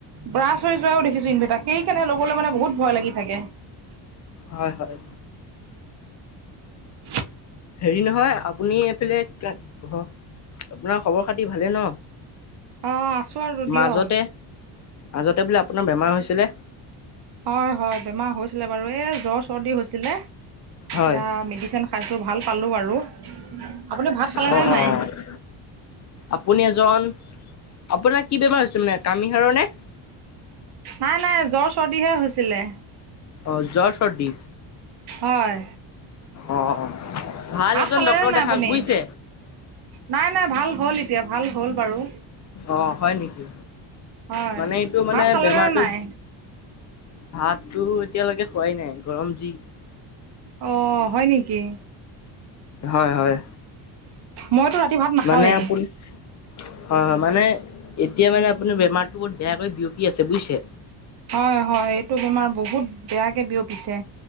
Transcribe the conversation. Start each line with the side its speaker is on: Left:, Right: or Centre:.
Right: ব্ৰালছ হৈ যোৱাও দেখিছো ইনভেটা। সেইকাৰণে লব মানে বহুত ভয় লাগি থাকে।
Left: হয় হয়
Right: হয় <unintelligible>
Left: হেৰি নহয় আপুনি এইফালে ঘ আপোনাৰ খবৰ খাতি ভালে ন
Right: অ' আছোঁ আৰু দিয়ক
Left: মাজতে মাজতে বোলে আপোনাৰ বেমাৰ হৈছিলে।
Right: হয় হয় বেমাৰ হৈছিলে বাৰু এই জ্বৰ চৰ্দি হৈছিলে এতিয়া
Left: হয়।
Right: মেডিচিন। খাইছোঁ ভাল পালোঁ বাৰু আপুনি ভাত খালেনে
Left: অ
Right: নাই।
Left: অ আপুনি এজন আপোনাৰ কি বেমাৰ হৈছে মানে কামিহাড়ৰ নে-
Right: নাই নাই জ্বৰ চৰ্দিহে হৈছিলে
Left: অ জ্বৰ, চৰ্দি।
Right: হয়।
Left: অ। ভাল
Right: ভাত
Left: এজন
Right: খালেনে
Left: ডক্তৰ
Right: নাই
Left: দেখাওক।
Right: আপুনি
Left: বুজিছে?
Right: নাই নাই ভাল হ'ল এতিয়া। ভাল হ'ল বাৰু।
Left: অ হয় নেকি?
Right: হয়
Left: মানে এইটো মানে
Right: ভাত খালেনে
Left: বেমাৰটো
Right: নাই
Left: ভাতো এতিয়ালৈকে খোৱাই নাই গৰম যি।
Right: অ হয় নেকি?
Left: হয় হয়।
Right: মইতো ৰাতি ভাত- নাখাওঁৱেই
Left: মানে আপুনি? হয় হয়। মানে এতিয়া মানে আপোনাৰ বেমাৰটো বহুত বেয়াকৈ বিয়পি আছে বুজিছে?
Right: হয় হয় এইটো বেমাৰ বহুত বেয়াকে বিয়পিছে।